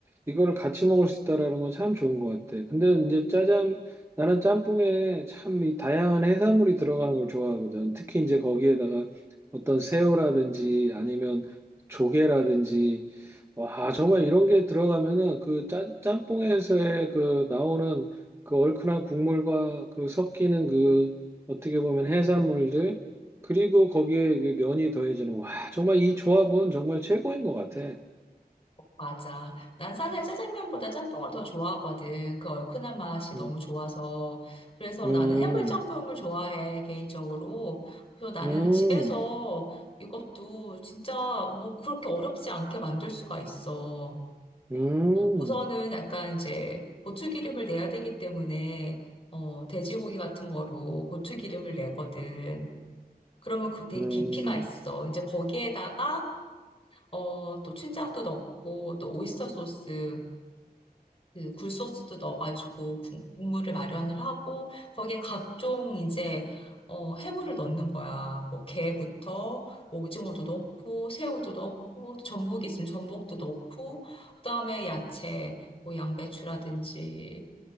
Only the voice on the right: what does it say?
이거를 같이 먹을 수 있다라는 건 참 좋은 것 같아. 근데 이제 짜장 나는 짬뽕에 참 이 다양한 해산물이 들어가는 걸 좋아하거든. 특히 이제 거기에다가 어떤 새우라든지 아니면 조개라든지 와 정말 이런 게 들어가면은 그 짜, 짬뽕에서의 그 나오는 그 얼큰한 국물과 그 섞이는 그 어떻게 보면 해산물들 그리고 거기에 그 면이 더해지는, 와, 정말 이 조합은 정말 최고인 것 같아.
음,
음,
음,
음,
음,